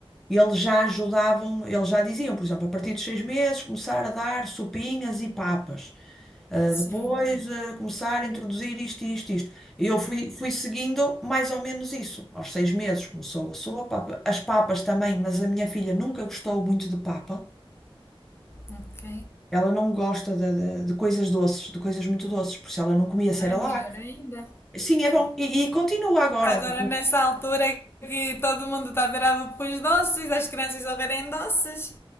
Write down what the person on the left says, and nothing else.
Sim.
Ok.
Ai, melhor ainda.
Agora, nessa altura que todo mundo está virado para os doces, as crianças só querem doces.